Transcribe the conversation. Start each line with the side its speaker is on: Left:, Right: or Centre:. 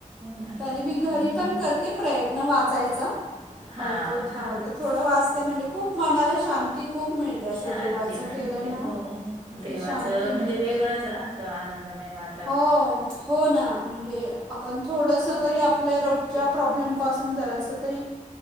Right: ना
Centre: तरी मी
Right: हम्म
Centre: घरी पण करते प्रयत्न वाचायचा
Right: हा
Centre: काही पोथ्या
Right: हा
Centre: वगैरे
Right: हा.
Centre: थोडं वाचत म्हणजे खूप- मनाला शांती खूप मिळते. असं
Right: शांती
Centre: देवाचं
Right: मिळते
Centre: केलं ना
Right: हो देवाचं
Centre: की शांती मिळते
Right: म्हणजे वेगळंच राहतं आनंदमय वाता-
Centre: हो हो ना म्हणजे आपण. थोडंस तरी आपल्या रोजच्या प्रॉब्लेम पाासून जरास तरी